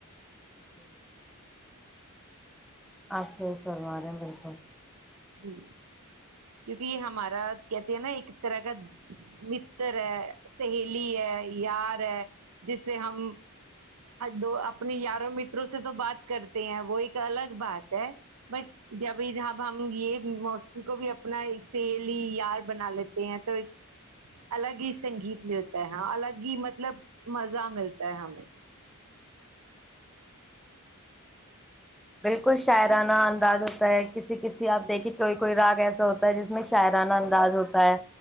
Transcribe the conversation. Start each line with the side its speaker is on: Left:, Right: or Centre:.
Centre: جی آپ صحی چو رہے ہیں بالکل
Right: جی، کیونکہ یہ ہمارا کہتے ہیں نا ایک طرح کا متر ہے سہیلی ہے یار ہے جس سے ہم دو اپنے یاروں متروں سے تو بات کرتے ہیں وہ ایک الگ بات ہے بٹ جب جب ہم ہم یہ موسی کو بھی اپنا سیلی یار بنا لیتے ہیں تو ایک الگ ہی سنگیت ملتا ہے الگ ہی مطلب مزہ ملتا ہے ہمیں
Centre: بالکل شاعرانہ انداز ہوتا ہے کسی کسی آپ دیکھیے کوئی کوئی راگ ایسا ہوتا ہے جس میں شاعرانہ انداز ہوتا ہے